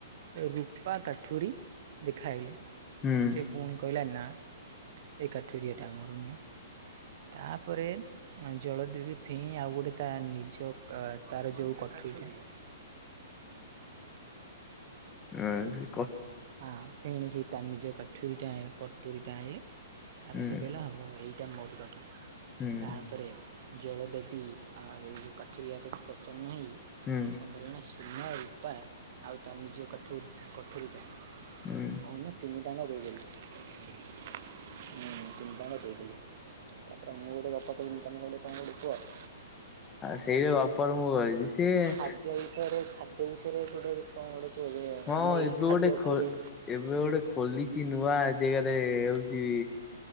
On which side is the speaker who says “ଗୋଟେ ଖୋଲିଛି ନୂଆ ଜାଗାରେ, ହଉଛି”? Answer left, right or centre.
Left